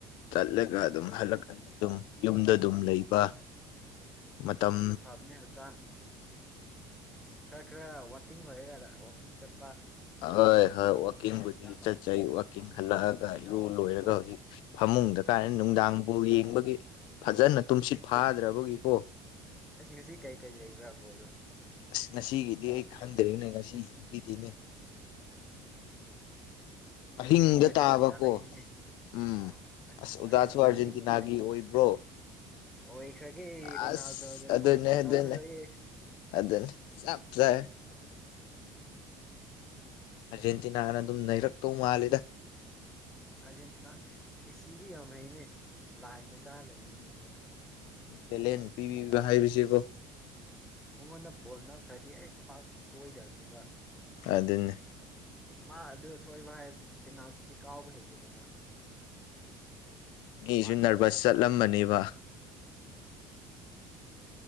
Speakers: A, on the left (about 65°); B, in the centre.
A: ꯆꯠꯂꯒ ꯑꯗꯨꯝ ꯍꯜꯂꯛ ꯑꯗꯨꯝ ꯌꯨꯝꯗ ꯑꯗꯨꯝ
B: ꯎꯝ
A: ꯂꯩꯕ ꯃꯇꯝ
B: ꯑꯗꯨꯅ ꯐꯕꯅꯦ ꯍꯛꯇꯥꯡ ꯈꯔ ꯈꯔ ꯋ ꯋꯥꯀꯤꯡ ꯂꯣꯏꯔꯒꯅ ꯋꯥꯀꯤꯡ ꯆꯠ
A: ꯍꯣꯏ ꯍꯣꯏ ꯋꯥꯛꯀꯤꯡꯕꯨꯗꯤ
B: ꯌꯥꯝ ꯐꯕꯅꯤ
A: ꯆꯠꯆꯩ ꯋꯥꯛꯀꯤꯡ
B: ꯎꯝ
A: ꯍꯜꯂꯛꯑꯒ ꯏꯔꯨ ꯂꯣꯏꯔꯒ ꯍꯧꯖꯤꯛ ꯐꯃꯨꯡꯗ ꯀꯥꯏꯅ ꯅꯨꯡꯗꯥꯡ ꯕꯣꯜ ꯌꯦꯡꯕꯒꯤ ꯐꯖꯟꯅ ꯇꯨꯝꯁꯤꯠ ꯐꯥꯗ꯭ꯔꯕꯒꯤꯀꯣ
B: ꯑꯁ ꯉꯁꯤ ꯀꯩꯀꯩ ꯂꯩꯕ꯭ꯔ ꯕꯣꯜꯗꯣ
A: ꯑꯁ ꯉꯁꯤꯒꯤꯗꯤ ꯑꯩ ꯈꯪꯗ꯭ꯔꯦꯅꯦ ꯉꯁꯤ ꯒꯤꯗꯤꯅꯦ
B: ꯎꯝ
A: ꯑꯍꯤꯡꯗ
B: ꯍꯌꯦꯡꯗꯤ ꯑꯔꯖꯦꯟꯇꯤꯅꯥ
A: ꯇꯥꯕꯀꯣ
B: ꯂꯩꯅꯦ
A: ꯎꯝ
B: ꯑ
A: ꯑꯁ ꯑꯣꯖꯥꯁꯨ
B: ꯑꯔꯖꯦꯟꯇꯤꯅꯥꯗꯤ
A: ꯑꯥꯔꯖꯦꯟꯇꯤꯅꯥꯒꯤ
B: ꯌꯦꯡꯉꯅꯦ
A: ꯑꯣꯏꯕ꯭ꯔꯣ
B: ꯑꯣꯏꯈ꯭ꯔꯒꯦ
A: ꯑꯁ
B: ꯔꯣꯅꯥꯜꯗꯣꯅ
A: ꯑꯗꯨꯅꯦ
B: ꯁꯝꯄꯣꯔꯠ
A: ꯑꯗꯨꯅꯦ
B: ꯇꯧꯔꯒꯦ
A: ꯑꯗꯨꯅꯦ ꯆꯞ ꯆꯥꯏ
B: ꯎꯝ
A: ꯑꯥꯔꯖꯦꯟꯇꯤꯅꯥꯅ ꯑꯗꯨꯝ ꯅꯩꯔꯛꯇꯧ ꯃꯥꯜꯂꯦꯗ
B: ꯎꯝ ꯑꯔꯖꯦꯟꯇꯤꯅꯥ ꯃꯦꯁꯤꯗꯤ ꯌꯥꯝ ꯍꯩꯅꯦ ꯂꯥꯏ ꯃꯆꯥꯥꯒꯨꯝꯅꯦ ꯃꯣꯏꯗꯤ
A: ꯇꯦꯂꯦꯟꯠ ꯄꯤꯕꯤꯕ ꯍꯥꯏꯕꯁꯤꯕꯣ
B: ꯎꯝ ꯃꯉꯣꯟꯗ ꯕꯣꯜ ꯅꯞꯈ꯭ꯔꯗꯤ ꯑꯩꯁ ꯄꯥꯛ ꯁꯣꯏꯗꯕꯅꯦꯕ
A: ꯑꯗꯨꯅꯤ
B: ꯃꯥ ꯑꯗꯨ ꯁꯣꯏꯕ ꯍꯥꯏꯕꯨ ꯄꯦꯅꯥꯜꯇꯤꯗꯤ ꯀꯥꯎꯕ ꯍꯩꯇꯦꯕ ꯃꯥ
A: ꯃꯤꯁꯨ
B: ꯄꯥꯁ
A: ꯅꯔꯚꯁ
B: ꯇꯧꯔ ꯗꯤ
A: ꯆꯠꯂꯝꯕꯅꯦꯕ
B: ꯏ ꯎꯝ